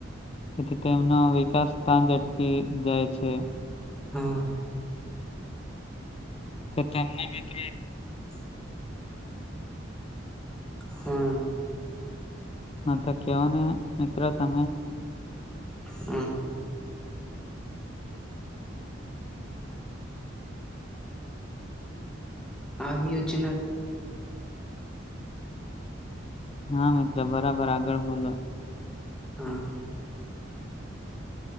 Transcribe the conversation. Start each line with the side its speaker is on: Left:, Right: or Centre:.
Left: તેથી તેમનો વિકાસ સ્થ અટકી જાય છે.
Centre: હા હા
Left: તમને મિત્ર.
Centre: <inaudible>
Left: હા તો કેવ ને મિત્ર તમે.
Centre: હમ. આવી હ છે.
Left: હા મિત્ર બરાબર આગળ બોલો.
Centre: હા.